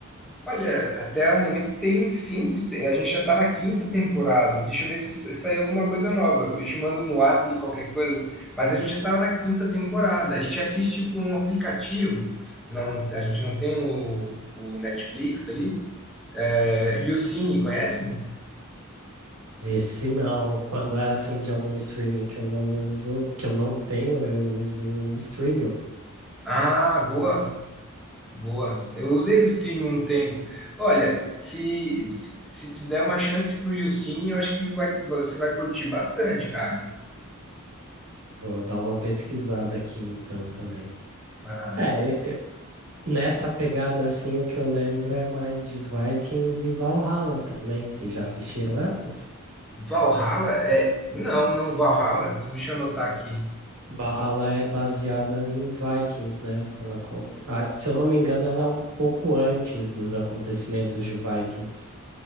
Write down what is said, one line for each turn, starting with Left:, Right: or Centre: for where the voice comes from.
Centre: Olha, até o momento tem cinco, a gente já tá na quinta temporada. Deixa eu ver se saiu alguma coisa nova. Eu te mando no WhatsApp ali qualquer coisa, mas a gente já tava na quinta temporada. A gente assiste por um aplicativo, não, a gente não tem o, o Netflix ali, É, e o Cine, conhecem?
Right: E se não, quando é assim de algum streaming que eu não uso, que eu não tenho, eu uso o Streamio.
Centre: Ah, boa, boa. Eu usei o stream um tempo. Olha, se, se tu der uma chance pro Yucine, eu acho que vai, você vai curtir bastante, cara.
Right: Vou dar uma pesquisada aqui então também.
Centre: Ah,
Right: É, e- e- nessa pegada assim, o que eu lembro é mais de Vikings e Valhalla também. Vocês já assistiram essas?
Centre: Valhalla é. Não, não, Valhalla, deixa eu anotar aqui.
Right: Valhalla é baseada em Vikings, né? Ela conta. ah, se eu não me engano, ela é um pouco antes dos acontecimentos de Vikings.